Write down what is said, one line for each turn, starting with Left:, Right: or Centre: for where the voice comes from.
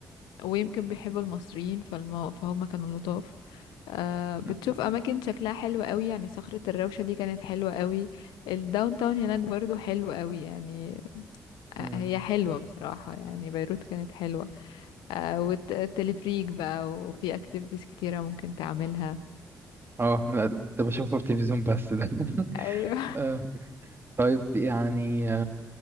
Left: ويمكن بيحبوا المصريين فالم... فهم كانوا لطاف آه بتشوف
Right: مم.
Left: اماكن شكلها حلو قوي يعني صخرة الروشة دي كانت حلوة قوي الداون تاون هناك برضو حلو قوي يعني آه
Right: مم.
Left: هي حلوة بصراحة يعني بيروت كانت حلوة آه والتلفريك بقى وفي اكتيفيتيز كتيرة ممكن تعملها
Right: اه لا ده بشوفه في التلفزيون بس ده <laughs>
Left: ايوه
Right: آه، طيب يعني